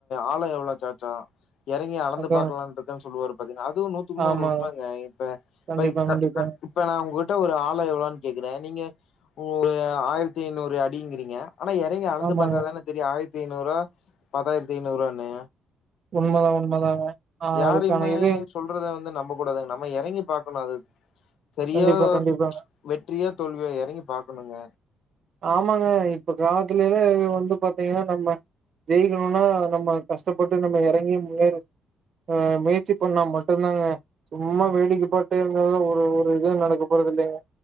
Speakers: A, on the left (about 70°); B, on the right (about 55°).
A: ஆலையா எவ்ளா சாச்சா இறங்கி அளந்து
B: அதான்.
A: பாக்கலான்ட்டு இருக்க சொல்லுவாரு பாத்தீங்க அதுவு நூத்துக்குன்னூறு
B: ஆமாங்க.
A: உண்மங்க இப்ப
B: கண்டிப்பா,
A: பை கா
B: கண்டிப்பாங்க.
A: ஆ இப்ப நா உங்ககிட்ட ஒரு ஆழ எவ்ளோனு கேக்குறே நீங்க ஒரு ஆயிரத்தி ஐநூறு அடிங்கறீங்க ஆனா எறங்
B: ஆமாங்க.
A: கி பாத்தாத்தானே தெரியு ஆயிரத்த ஐநூறா பத்தாயிரத்தி ஐநூறானு
B: உண்மதா உண்மதாங்க ஆ
A: யாரைமே
B: அதுக்கான இது
A: சொல்றத வந்து நம்ப கூடாதுங்க நம்ம இறங்கி பாக்கணு அது செரியோ
B: கண்டிப்பா, கண்டிப்பாங்க.
A: ம்ச் வெற்றியோ தோல்வியோ இறங்கி பாக்கணுங்க
B: ஆமாங்க இப்ப கிராமத்துலேலா வந்து பாத்தீங்கன்னா நம்ம ஜெயிக்கணும்னா நம்ம கஷ்டப்பட்டு நம்ம இறங்கி முன்னேற ஆ முயற்சி பண்ணா மட்டுந்தாங்க சும்மா வேடிக்கப்பட்டே இருந்தால ஒரு ஒரு இது நடக்க போறது இல்லங்க